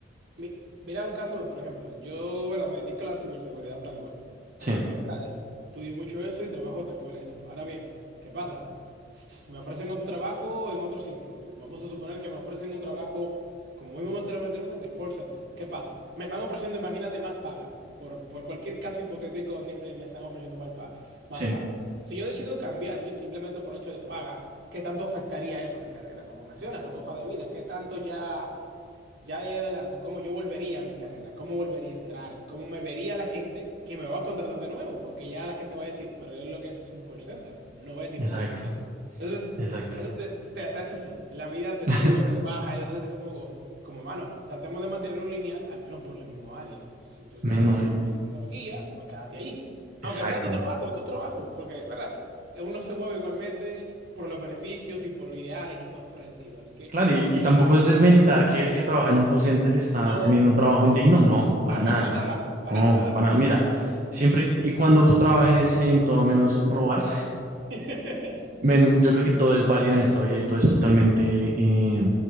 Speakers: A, on the right; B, on the right.
A: Mi- Mira un caso, por ejemplo, yo ahora me dedico a la ciberseguridad tal cual, por
B: Sí,
A: lo que ahora estudio mucho eso y trabajo tal cual eso. Ahora bien, ¿qué pasa? S- Me ofrecen otro trabajo en otro sitio. Vamos a suponer que me ofrecen un trabajo, como muy mencionaba anteriormente, call center. ¿Qué pasa? Me están ofreciendo, imagínate, más paga. Por, por cualquier caso hipotético en ese, me están ofreciendo igual pa- más
B: sí,
A: paga. Si yo decido cambiarme simplemente por hecho de paga, ¿qué tanto afectaría eso a mi carrera? Como mencionas, a tu hoja de vida, ¿qué tanto ya ya de ahí adelante, cómo yo volvería a mi carrera, cómo volvería a entrar, cómo me vería la gente que me va a contratar de nuevo, porque ya la gente va a decir, pero es lo que eso es un call center, no es ciberseguridad.
B: exacto,
A: Entonces,
B: exacto.
A: eso te, te- te hace así, en la vida te
B: <laughs>
A: sube, te baja, eso hace como, como, mano, tratemos de mantenerlo lineal, al menos por la misma área. Si tú estás
B: Menos
A: en el área de tecnología, pues quédate ahí.
B: Exacto.
A: Aunque sea otro trabajo, otro trabajo, porque, ¿verdad? Uno se mueve igualmente por los beneficios y por ideales y todo por el estilo. Así que...
B: Claro, y, y tampoco es desmeritar que el que trabaja en un call center está
A: No,
B: teniendo un trabajo indigno. No, para
A: Para
B: nada.
A: nada, para
B: No,
A: nada.
B: para, mira, siempre y cuando tú trabajes en todo menos robar,
A: <laughs>
B: men, yo creo que todo es válido en esta vida y todo
A: Sí,
B: es
A: sí.
B: totalmente eh,